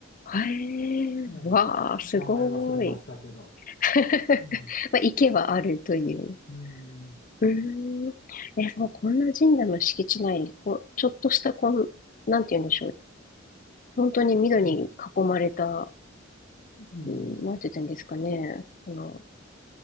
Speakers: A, on the left (about 40°); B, on the left (about 60°).
A: ええわあ、
B: ええ
A: すごい。
B: 名前忘れましたけど。
A: <laughs>
B: うん。
A: まあ、池はあるという。
B: うん。
A: うーん。え、そう、こんな神社の敷地内に、こう、ちょっとしたこん、なんて言うんでしょう。本当に緑に囲まれた
B: うん。うん
A: うん、なんて言ったんですかね。その、